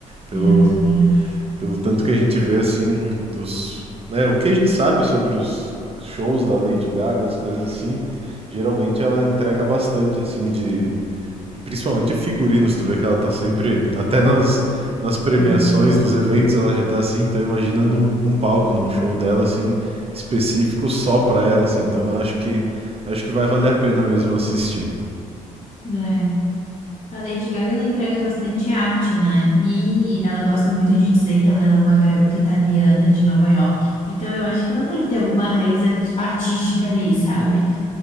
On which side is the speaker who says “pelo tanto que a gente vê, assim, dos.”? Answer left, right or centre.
Right